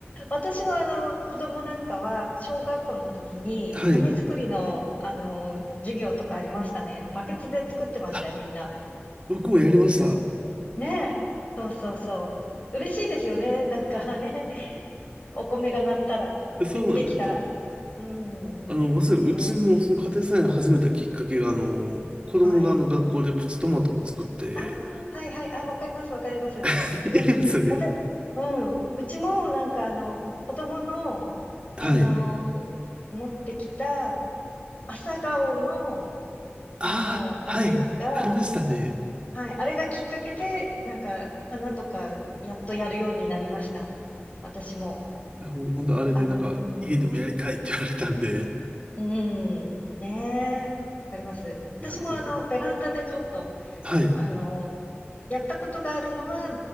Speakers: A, on the left; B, on the right.
A: 私のあの子供なんかは小学校の時に米作りのあの授業とかありましたね。
B: <laughs> はい。
A: バケツで作ってましたよ、
B: あ、
A: みんな。
B: 僕もやりました。
A: うん。ねえ。そうそうそう。嬉しいですよね。なんかね。お米が鳴ったら、
B: そうなんです。
A: で、できたら。うん。
B: あの、まさにうちもその家庭菜園始めたきっかけが、
A: ね
B: あの、子供があの学校でプチトマトを作って、
A: え。はい。ああ、はいはい。あ、わかります、わかります。
B: <laughs>
A: うん。
B: やりましたね。
A: わた、うん。うちもなんかあの子供の、
B: はい。
A: あの、持ってきた、朝顔の、
B: ああ、
A: あの、
B: はい。
A: あれが、
B: ありましたね。
A: はい、あれがきっかけで、なんか、花とか、やっとやるようになりました。私も。
B: いやもう本当あれでなんか、
A: あの、う
B: 家でもやりたいって言われたんで。
A: ん、うん、ねえ、わかります。
B: いや、
A: 私もあの、
B: だから、
A: ベランダでちょっと、
B: はい。
A: あの、やったことがあるのは、